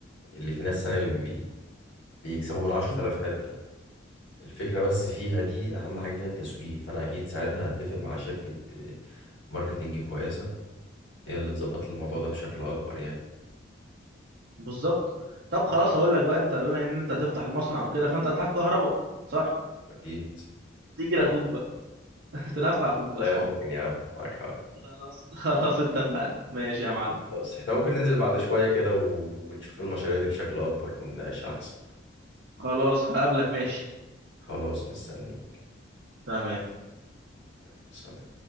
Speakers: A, on the left (about 75°); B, on the right (about 60°).
A: اللي في ناس سنه بي... بي- بيكسبوا من 10000
B: مم.
A: حته الفكره بس فيها دي اهم حاجه فيها التسويق فانا اكيد ساعتها هتفق مع شركه آه، ماركتنج كويسه هي اللي تظبط الموضوع ده بشكل اكبر يعني
B: بالظبط طب خلاص هقول لك بقى انت بما ان انت هتفتح المصنع وكده فانت هتحتاج كهرباء صح
A: اكيد
B: تيجي لاخوك بقى <laughs> تنفع اخوك بقى
A: والله
B: ساعتها
A: ممكن يا عم معاك حق
B: خلاص خلاص اتفقنا ماشي يا معلم
A: بس احنا ممكن ننزل بعد شوية كده و... ونشوف المشاريع دي بشكل اكبر ونناقشها احسن
B: خلاص هقابلك ماشي
A: خلاص مستني
B: تمام
A: يلا سلام